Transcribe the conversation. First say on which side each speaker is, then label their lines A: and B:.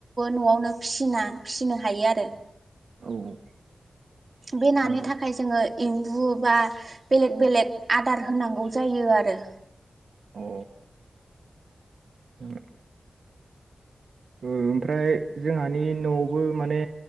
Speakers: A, on the right; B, on the right.
A: न'आवनो फिना फिसिनो हायो आरो।
B: औ औ।
A: बे नानो
B: नंगौ
A: थाखाय जोङो एम्बु बा बेलेग बेलेग आदार होनांगौ जायो आरो।
B: औ। औ। ओमफ्राय जोंहानि न'आवबो माने